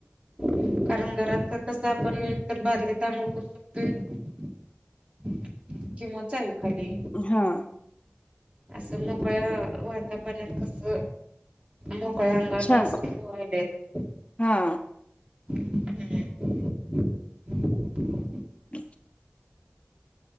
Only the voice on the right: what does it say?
कारण घरात कस आपण एकतर बादलीत अंगूळ करू शकतोय किवाचल खाली
असं मोकळ्या वातापऱ्यात कस मोकळ्या अंगान
असं पोहालेत
हूं!